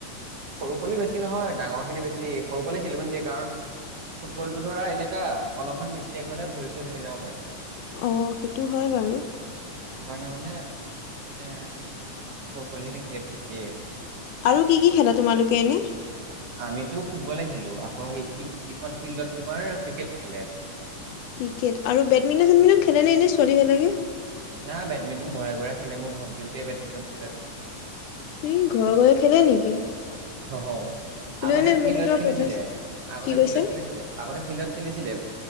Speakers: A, on the right; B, on the left.
A: সৰু পালে বেছি নহয় ডাঙৰ খিনি বেছি সৰু পালে খেলিবলৈ দিয়ে কাৰণ ফুটবলটো ধৰা এনেকুৱা অলপমান মিষ্টেক হলে ভৰি চৰি ভাঙি যাব পাৰে।
B: অ' সেইটো হয় বাৰু
A: ম মানে এ পালি খিনি খেলিব নিদিয়ে।
B: আৰু কি কি খেলা তোমালোকে এনে
A: আমিতো ফুটবলে খেলো আকৌ সেইখন ফিল্ডত তোমাৰ ক্ৰিকেট খেলে।
B: ক্ৰিকেট আৰু বেডমিণ্টন চেডমিটন খেলে ন এনেই ছোৱালীবিলাকে?
A: না বেডমিণ্টন ঘৰে ঘৰে খেলে মোৰ ভন্টিহতে বেডমিণ্টন খেলে ধৰা
B: ই ঘৰে ঘৰে খেলে নেকি?
A: হ অ'
B: কোনে
A: আগতে
B: মানে
A: ফিল্ডত
B: মানে তোমাৰ
A: খেলিছিলে
B: পথাৰ
A: আগতে
B: কি কৈছা?
A: ফিল্ডত খেলিছিলে আগতে ফিল্ডত খেলিছিলে